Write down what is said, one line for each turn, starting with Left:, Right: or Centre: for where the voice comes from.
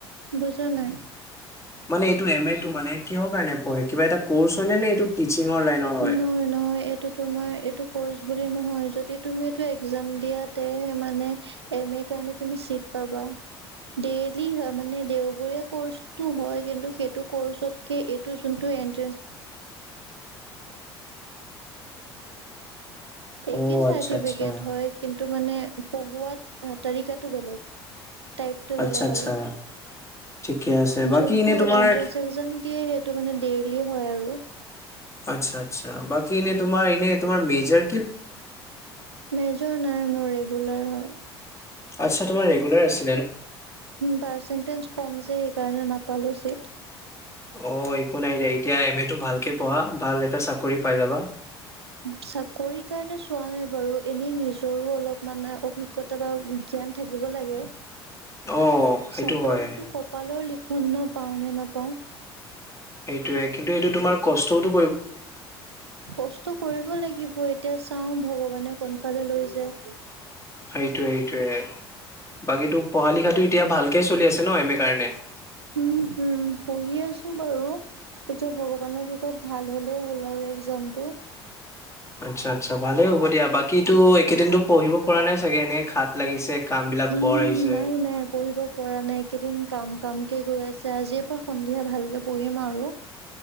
Right: বুজা নাই
Left: মানে এইটো এম এটো মানে কিহৰ কাৰণে পঢ়ে কিবা এটা কৰ্চ হয় নে নে এইটো টিচিঙৰ লাইনৰ হয়
Right: নহয় নহয় এইটো তোমাৰ এইটো কৰ্চ বুলি নহয়। যদি তুমিটো একজাম দিয়া তেহে মানে এম এৰ কাৰণে তুমি চিট পাবা। ডেইলি হয় মানে দেওবৰীয়া কৰ্চটো হয় কিন্তু সেইটো কৰ্চতকে এইটো যোনটো বেছ। একে
Left: অ'
Right: চাৰটিফিকেট
Left: আচ্ছা আচ্ছা
Right: হয় কিন্তু মানে পঢ়োৱাত তালিকটো বেলেগ টাইপটো
Left: আচ্ছা
Right: বেলেগ
Left: আচ্ছা
Right: আৰু
Left: ঠিকে আছে
Right: এট
Left: বাকী এনে তোমাৰ
Right: এক দিয়ে সেই মানে ডেইলি হয় আৰু
Left: আচ্ছা আচ্ছা বাকী এনে তোমাৰ এনে তোমাৰ মেজাৰ
Right: মেজৰ নাই মোৰ ৰেগুলাৰ হয়।
Left: আচ্ছা তোমাৰ ৰেগুলাৰ আছে।
Right: পাৰ্চেন্টেজ কম যে সেইকাৰণে নাপালো চিট।
Left: অ একো নাই দে এতিয়া এম এ টো ভালকে পঢ়া ভাল এটা চাকৰি পাই যাবা।
Right: চাকৰি কাৰণে চোৱা নাই বাৰু এনেই নিজৰো অলপ মানে অভিজ্ঞতা বা্ জ্ঞান থাকিব লাগে
Left: অ সেইটো
Right: চাকৰি
Left: হয়
Right: টো কপালৰ লিক ক্ষুণ পাওঁ নে নাপাওঁ।
Left: সেইটোয়ে কিন্তু এইটো তোমাৰ কষ্টতো
Right: কষ্ট কৰিব লাগিব এতিয়া চাওঁ ভগৱানে কোনফালে লৈ যায়।
Left: সেইটোৱে সেইটোৱে বাকীটো পঢ়া লিখাতো এতিয়া ভালকে চলি আছে ন এম এ কাৰণে?
Right: উম হম পঢ়ি আছো বাৰু। এতিয়া ভগৱানৰ কৃপাত ভাল হলেই হ'ল আৰু একজামটো।
Left: আচ্ছা, আচ্ছা ভালে হ'ব দিয়া। বাকী একেদিনটো পঢ়িব পৰা নাই চাগে? এনেকই খাত লাগিছে। কাম বিলাক
Right: উম,
Left: বৰ আহিছে
Right: নাই, নাই। পঢ়িব পৰা নাই। কেইদিন কাম কামকে গৈ আছে। আজি পৰা সন্ধিয়া ভালকে পঢ়িম আৰু।